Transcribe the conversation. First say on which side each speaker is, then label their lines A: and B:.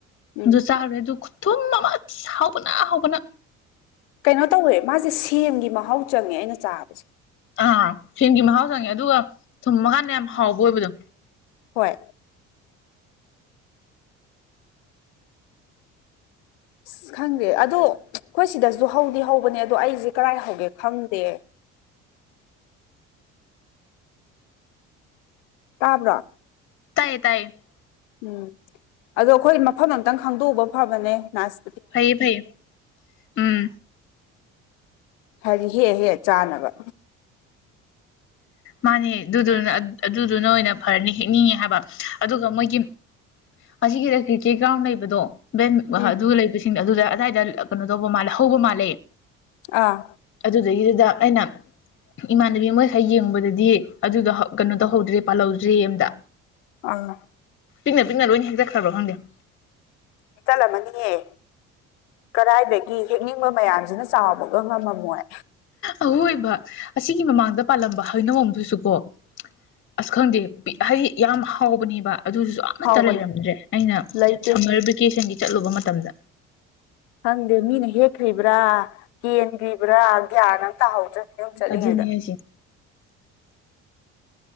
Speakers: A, on the left; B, on the left.
A: ꯎꯝ
B: ꯑꯗꯨ ꯆꯥꯔꯨꯔꯦ ꯑꯗꯨ ꯈꯨꯊꯨꯝ ꯑꯃ ꯍꯥꯎꯕꯅ ꯍꯥꯎꯕꯅ
A: ꯀꯩꯅꯣ ꯇꯧꯋꯦ ꯃꯥꯖꯦ ꯁꯦꯝꯒꯤ ꯃꯍꯥꯎ ꯆꯪꯉꯦ ꯑꯩꯅ ꯆꯥꯕꯁꯦ
B: ꯑꯥ ꯁꯦꯝꯒꯤ ꯃꯍꯥꯎ ꯆꯪꯉꯦ ꯑꯗꯨꯒ ꯊꯨꯝꯃ ꯒꯥꯟꯗ ꯌꯥꯝ ꯍꯥꯎꯕ ꯑꯣꯏꯕꯗꯣ
A: ꯍꯣꯏ ꯑꯁ ꯈꯪꯗꯦ ꯑꯗꯣ ꯑꯩꯈꯣꯏ ꯁꯤꯗꯁꯨ ꯍꯧꯗꯤ ꯍꯧꯕꯅꯦ ꯑꯗꯣ ꯑꯩꯖꯦ ꯀꯔꯥꯏ ꯍꯧꯒꯦ ꯈꯪꯗꯦ ꯇꯥꯕ꯭ꯔꯣ
B: ꯇꯥꯏꯌꯦ ꯇꯥꯏꯌꯦ
A: ꯎꯝ ꯑꯗꯣ ꯑꯩꯈꯣꯏ ꯃꯐꯝ ꯑꯝꯇꯪ ꯈꯪꯗꯣꯛꯎꯕ ꯐꯕꯅꯦ ꯅꯥꯁ
B: ꯐꯩꯌꯦ ꯐꯩꯌꯦ ꯎꯝ
A: ꯍꯥꯏꯗꯤ ꯍꯦꯛꯑ ꯍꯦꯛꯑ ꯆꯥꯅꯕ
B: ꯃꯥꯅꯦ ꯑꯗꯨꯗꯨꯅ ꯑꯗꯨꯗꯨꯅ ꯑꯣꯏꯅ ꯐꯔꯅꯤ ꯍꯦꯛꯅꯤꯡꯉꯦ ꯍꯥꯏꯕ ꯑꯗꯨꯒ ꯃꯣꯏꯒꯤ ꯑꯁꯤꯒꯤꯗ ꯀ꯭ꯔꯤꯀꯦꯠ ꯒ꯭ꯔꯥꯎꯟ ꯂꯩꯕꯗꯣ ꯕꯦꯠ
A: ꯎꯝ
B: ꯂꯩꯕꯁꯤꯡꯗꯣ ꯑꯗꯨꯗ ꯑꯗꯥꯏꯗ ꯀꯩꯅꯣ ꯇꯧꯕ ꯃꯥꯜꯂꯦ ꯍꯧꯕ ꯃꯥꯜꯂꯦ
A: ꯑꯥ
B: ꯑꯗꯨꯗꯒꯤꯗꯨꯗ ꯑꯩꯅ ꯏꯃꯥꯟꯅꯕꯤ ꯃꯣꯢ ꯈꯔ ꯌꯦꯡꯉꯨꯕꯗ ꯗꯤ ꯑꯗꯨꯗꯣ ꯀꯩꯅꯣ ꯇꯧꯍꯧꯗ꯭ꯔꯦ ꯄꯥꯜꯍꯧꯗ꯭ꯔꯦꯌꯦ ꯑꯝꯇ
A: ꯑꯥ
B: ꯄꯤꯛꯅ ꯄꯤꯛꯅ ꯂꯣꯏ ꯍꯦꯛꯇꯠꯈ꯭ꯔꯕ ꯈꯪꯗꯦ
A: ꯍꯦꯛꯇꯠꯂꯝꯃꯅꯤꯌꯦ ꯀꯔꯥꯏꯗꯒꯤ ꯍꯦꯛꯅꯤꯡꯕ ꯃꯌꯥꯝꯖꯤꯅ ꯆꯥꯎꯕꯒ ꯉꯝꯃꯝꯃꯣꯏ
B: ꯑꯋꯣꯏꯕ ꯑꯁꯤꯒꯤ ꯃꯃꯥꯡꯗ ꯄꯥꯜꯂꯝꯕ ꯍꯩꯅꯧꯑꯝꯗꯨꯁꯨ ꯀꯣ ꯑꯁ ꯈꯪꯗꯦ ꯍꯩ ꯌꯥꯝ ꯍꯥꯎꯕꯅꯤꯕ ꯑꯗꯨꯗꯨꯁꯨ ꯑꯃꯠꯇ
A: ꯍꯥꯎꯕꯅꯦ
B: ꯂꯩꯔꯝꯗ꯭ꯔꯦ ꯑꯩꯅ
A: ꯂꯩꯇꯦ
B: ꯁꯝꯃꯔ ꯚꯤꯀꯦꯁꯟꯒꯤ ꯆꯠꯂꯨꯕ ꯃꯇꯝꯗ
A: ꯈꯪꯗꯦ ꯃꯤꯅ ꯍꯦꯛꯈ꯭ꯔꯤꯕ꯭ꯔꯥ ꯀꯦꯟꯒ꯭ꯔꯤꯕ꯭ꯔꯥ ꯒ꯭ꯌꯥꯟ ꯑꯝ ꯇꯥꯍꯧꯗ꯭ꯔꯦ ꯌꯨꯝ ꯆꯠꯂꯤꯉꯩꯗ
B: ꯑꯗꯨꯅꯤ ꯍꯥꯏꯁꯦ